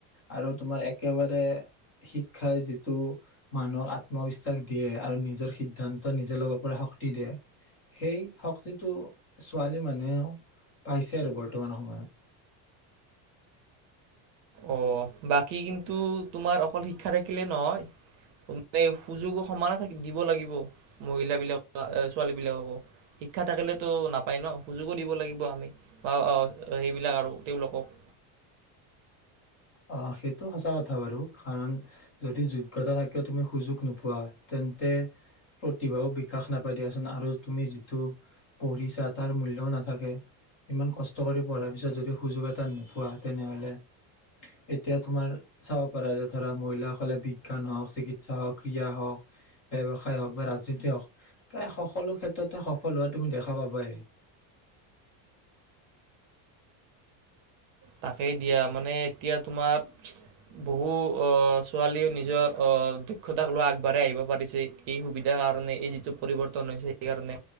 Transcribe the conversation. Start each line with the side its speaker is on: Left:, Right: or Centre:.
Left: আৰু তোমাৰ একেবাৰে শিক্ষাই যিটো মানুহক আত্মবিশ্বাস দিয়ে আৰু নিজৰ সিদ্ধান্ত নিজে ল'ব পৰা শক্তি দিয়ে সেই শক্তিটো ছোৱালী মানুহেও পাইছে আৰু বৰ্তমান সময়ত
Right: অ বাকী কিন্তু তোমাৰ অকল শিক্ষা থাকিলে নহয় মে সুযোগো সমানে থ দিব লাগিব মহিলাবিলাক ছোৱালী বিলাককো শিক্ষা থাকিলেতো নাপায় ন সুযোগো দিব লাগিব আমি বা সেইবিলাক আৰু তেওঁলোকক
Left: অ সেইটো সঁচা কথা বাৰু কাৰণ যদি যোগ্যতা থাকিও তুমি সুযোগ নোপোৱা তেন্তে প্ৰতিভাও বিকাশ নাপাই দিয়াচোন আৰু তুমি যিটো পঢ়িছা তাৰ মূল্যও নাথাকে ইমান কষ্ট কৰি পঢ়াৰ পিছত যদি সুযোগ এটা নোপোৱা তেনেহলে এতিয়া তুমাৰ চাব পাৰা যে ধৰা মহিলাসকলে বিজ্ঞান হওক চিক হওক ক্ৰীড়া হওক ব্য়ৱসায় হওক বা ৰাজনীতি হওক প্ৰায় সকলো ক্ষেত্ৰতে সফল হোৱা তুমি দেখা পাবাই
Right: তাকেই দিয়া মানে এতিয়া তোমাৰ বহু অ ছোৱালী নিজৰ অ দক্ষতাক লোৱা আগবাঢ়ি আহিব পাৰিছে এই সুবিধাৰ কাৰণে এই যিটো পৰিৱৰ্তন হৈছে সেইকাৰণে